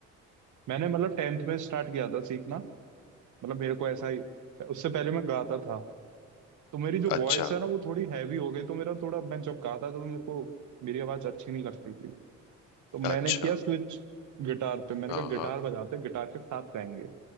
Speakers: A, on the right (about 65°); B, on the left (about 85°).
A: मैंने मतलब टेंथ में स्टार्ट किया था सीखना मतलब मेरे को ऐसा ही उससे पहले मैं गाता था तो मेरी जो वॉइस
B: अच्छा
A: है ना वो थोड़ी हैवी हो गई तो मेरा थोड़ा मैं जब गाता था तो मेरे को मेरी आवाज अच्छी नहीं लगती थी तो मैंने
B: अच्छा
A: किया स्विच गिटार पे मैंने
B: हाँ
A: कहा गिटार
B: हाँ
A: बजाते हैं, गिटार के साथ गाएंगे